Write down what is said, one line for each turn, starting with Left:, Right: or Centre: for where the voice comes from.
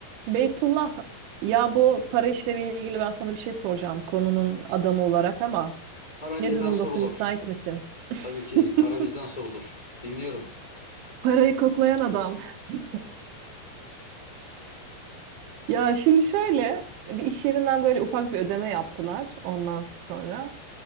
Right: Beytullah ya bu para işleriyle ilgili ben sana bir şey soracağım konunun adamı olarak ama
Left: Para
Right: ne
Left: bizden
Right: durumdasın
Left: sorulur.
Right: müsait misin? <laughs>
Left: Tabii ki para bizden sorulur. Dinliyorum.
Right: Parayı koklayan adam. <laughs> Ya şimdi şöyle bir iş yerinden böyle ufak bir ödeme yaptılar ondan sonra.